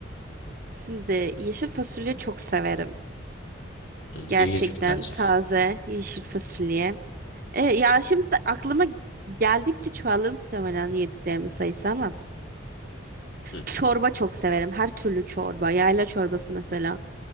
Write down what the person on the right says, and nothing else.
<laughs> Şimdi yeşil fasulye çok severim.
Gerçekten
taze yeşil fasulye. E, ya şimdi aklıma geldikçe çoğalır muhtemelen yediklerimin sayısı ama.
Çorba çok severim. Her türlü çorba. Yayla çorbası mesela.